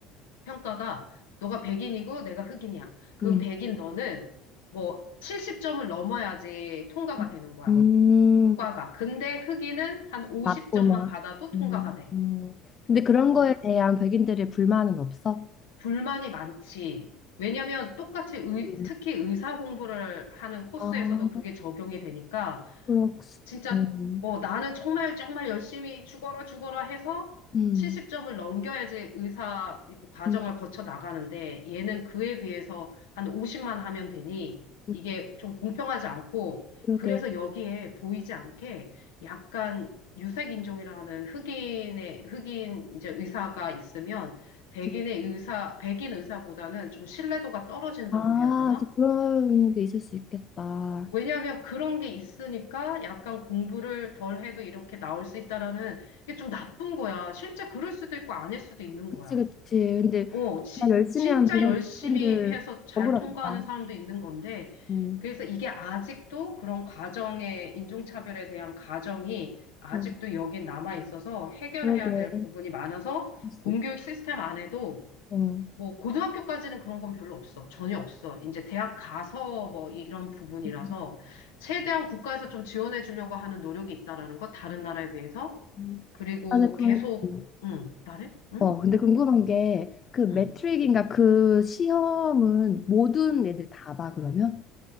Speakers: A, on the left; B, on the left.
A: 평가가 너가 백인이고 내가 흑인이야. 그럼
B: 음.
A: 백인 너는 뭐 70점을 넘어야지 통과가
B: 음.
A: 되는 거야.
B: 음.
A: 그 과가. 근데 흑인은 한 50점만
B: 맞구나.
A: 받아도 통과가
B: 음,
A: 돼.
B: 음, 근데 그런
A: 뭐
B: 거에 대한 백인들의 불만은 없어?
A: 불만이 많지. 왜냐면 똑같이 의-
B: 네.
A: 특히 의사 공부를 하는 코스에서도
B: 아,
A: 그게 적용이 되니까
B: 그렇,
A: 진짜
B: 음,
A: 어, 나는 정말 정말 열심히 죽어라 죽어라 해서
B: 음,
A: 70점을 넘겨야지 의사 그 과정을
B: 음,
A: 거쳐 나가는데 얘는 그에 비해서 한 50만 하면 되니
B: 음,
A: 이게 좀 공평하지 않고
B: 그러게.
A: 그래서 여기에 보이지 않게 약간 유색인종이라는 흑인의 흑인 이제 의사가 있으면 백인의
B: 그-
A: 의사 백인 의사보다는 좀 신뢰도가 떨어진다고
B: 아,
A: 해야 되나?
B: 또 그런 게 있을 수 있겠다.
A: 왜냐하면 그런 게 있으니까 약간 공부를 덜 해도 이렇게 나올 수 있다라는 이게 좀 나쁜 거야. 실제 그럴 수도 있고 아닐 수도 있는
B: 그치,
A: 거야.
B: 그치. 근데
A: 어, 지-
B: 나 열심히
A: 진짜
B: 한 브랜-
A: 열심히
B: 들드
A: 해서 잘
B: 억울하겠다.
A: 통과하는 사람도 있는 건데,
B: 음,
A: 그래서 이게 아직도 그런 과정의 인종차별에 대한 가정이 아직도
B: 음,
A: 여기 남아 있어서 해결해야
B: 그러게.
A: 될 부분이 많아서
B: 할수
A: 공교육
B: 있-
A: 시스템 안에도
B: 음.
A: 뭐 고등학교까지는 그런 건 별로 없어. 전혀 없어. 이제 대학 가서 뭐 이런 부분이라서
B: 음,
A: 최대한 국가에서 좀 지원해 주려고 하는 노력이 있다라는 거 다른 나라에 비해서
B: 음.
A: 그리고
B: 맞아, 그,
A: 계속
B: 음.
A: 응, 말해? 응?
B: 어, 근데 궁금한 게 그 매트릭인가
A: 응.
B: 그 시험은 모든 애들 다 봐, 그러면?